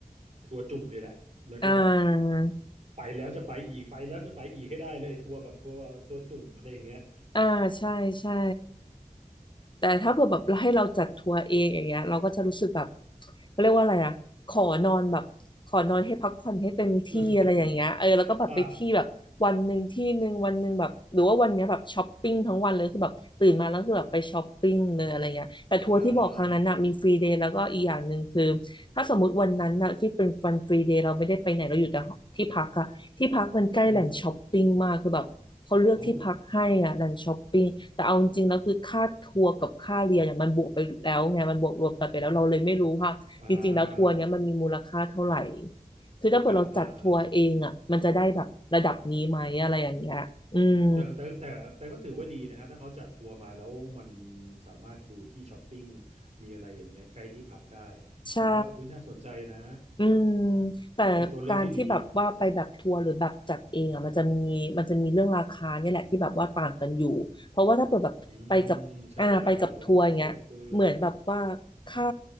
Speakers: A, on the right; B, on the left.
A: ทัวร์จุ่มนี่แหละแล้วก็แบบ
B: อ่า
A: ไปแล้วจะไปอีกไปแล้วจะไปอีกให้ได้เลยทัวร์แบบทัวร์ทัวร์จุ่มอะไรอย่างเงี้ย
B: อ่า ใช่ใช่ แต่ถ้าเผื่อแบบให้เราจัดทัวร์เองอย่างเงี้ยเราก็จะรู้สึกแบบเขาเรียกว่าอะไรอะขอนอนแบบขอนอนให้พักผ่อนให้เต็มที่อะไรอย่างเงี้ยเออแล้วก็แบบไปที่แบบวันหนึ่งที่หนึ่งวันหนึ่งแบบหรือว่าวันเนี้ยแบบช้อปปิ้งทั้งวันเลยคือแบบตื่นมาแล้วคือแบบไปช้อปปิ้งเลยอะไรเงี้ยแต่ทัวร์ที่บอกครั้งนั้นน่ะมีฟรีเดย์แล้วก็อีกอย่างหนึ่งคือถ้าสมมติวันนั้นน่ะที่เป็นวันฟรีเดย์เราไม่ได้ไปไหนเราอยู่แต่ที่พักอะที่พักมันใกล้แหล่งช้อปปิ้งมากคือแบบ
A: <laughs> อ่าอ่าอืม
B: เขาเลือกที่พักให้อ่ะดันช้อปปิ้งแต่เอาจริงๆแล้วคือค่าทัวร์กับค่าเรียนเนี่ยมันบวกไปแล้วไงมันบวกรวมกันไปแล้วเราเลยไม่รู้ว่าจริงๆแล้วทัวร์เนี้ยมันมีมูลค่าเท่าไหร่
A: โอ้อ่า
B: คือถ้าเกิดเราจัดทัวร์เองอ่ะมันจะได้แบบระดับนี้ไหมอะไรอย่างเงี้ยอืม
A: อ่าอ่าอ่า แต่แต่แต่แต่ก็ถือว่าดีนะครับถ้าเขาจัดทัวร์มาแล้วมันสามารถดูที่ช้อปปิ้งมีอะไรอย่างเงี้ยใกล้ที่พักได้อะผมว่าอุ้ยน่าสนใจนะ
B: ใช่ อืมแต่การที่แบบว่าไปแบบทัวร์หรือแบบจัดเองอ่ะมันจะมีมันจะมีเรื่องราคาเนี่ยแหละที่แบบว่าต่างกันอยู่เพราะว่าถ้าเปิดแบบไปกับอ่าไปกับทัวร์อย่างเงี้ยเหมือนแบบว่าค่า
A: เป็นตัวเลือกที่ดีอืมใช่ราคามันก็ต้องสูงขึ้น